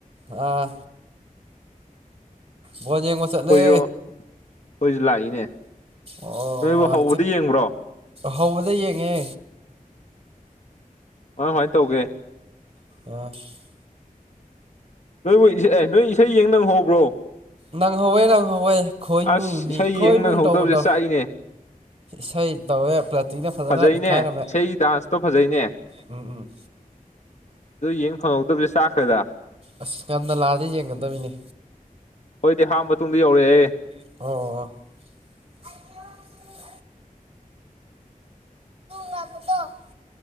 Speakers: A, on the right; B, on the left.
A: ꯑꯥ ꯕꯣꯜ ꯌꯦꯡ ꯆꯠꯂꯦ
B: ꯑꯩꯈꯣꯏꯁꯨ ꯑꯩꯈꯣꯏꯁꯨ ꯂꯥꯛꯏꯅꯦ
A: ꯑꯣ
B: ꯅꯣꯏꯕꯨ ꯍꯧꯕꯗ ꯌꯦꯡꯕ꯭ꯔꯣ
A: ꯍꯧꯕꯗꯩ ꯌꯦꯡꯉꯦ
B: ꯀꯃꯥꯏ ꯀꯃꯥꯏꯅ ꯇꯧꯒꯦ
A: ꯑꯁ
B: ꯅꯣꯏꯕꯨ ꯏꯁꯩ ꯑꯦ ꯅꯣꯏ ꯏꯁꯩ ꯌꯦꯡ ꯅꯪꯍꯧꯕ꯭ꯔꯣ
A: ꯅꯪ ꯍꯧꯋꯦ ꯅꯪꯍꯧꯋꯦ ꯈꯣꯏꯃꯨꯅꯤ
B: ꯑꯁ ꯏꯁꯩ
A: ꯈꯣꯏꯃꯨ
B: ꯌꯦꯡ ꯅꯪꯍꯧꯗꯕꯁꯦ
A: ꯇꯧꯕꯗꯣ
B: ꯆꯥꯛꯏꯅꯦ
A: ꯏꯁꯩ ꯇꯧꯋꯦ ꯄ꯭ꯂꯥꯇꯤꯅ ꯐꯖꯅ
B: ꯐꯖꯩꯅꯦ
A: ꯅꯤꯛꯈꯥꯏꯔꯝꯃꯦ
B: ꯏꯁꯩ ꯗꯥꯟꯁꯇꯣ ꯐꯖꯩꯅꯦ
A: ꯎꯝ ꯎꯝ
B: ꯑꯗꯨ ꯌꯦꯡ ꯐꯪꯍꯧꯗꯕꯁꯦ ꯆꯥꯛꯈ꯭ꯔꯦꯗ
A: ꯑꯁ ꯉꯟꯅ ꯂꯥꯛꯑꯗꯤ ꯌꯦꯡꯒꯗꯕꯅꯤꯅꯦ
B: ꯈꯣꯏꯗꯤ ꯍꯥꯞ ꯃꯇꯨꯡꯗ ꯌꯧꯔꯛꯑꯦ
A: ꯑꯣ ꯑꯣ <inaudible>